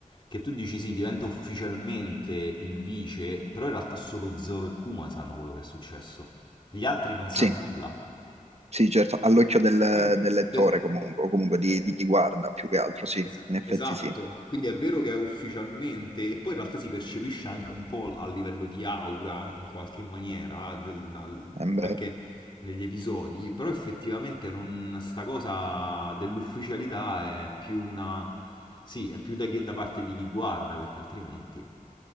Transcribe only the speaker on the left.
che tu dici sì, diventa ufficialmente il vice, però in realtà solo Zoro e Kuma sanno quello che è successo. Gli altri non sanno
nulla.
Quindi,
del-
eh,
Es-
esatto,
quindi è vero che è ufficialmente, e poi in realtà si percepisce anche un po' a livello di aura, in qualche maniera, del- al-
anche
negli episodi, però effettivamente non, sta cosa dell'ufficialità è più una... Sì, è più da, chi- da parte di chi guarda, perché altrimenti...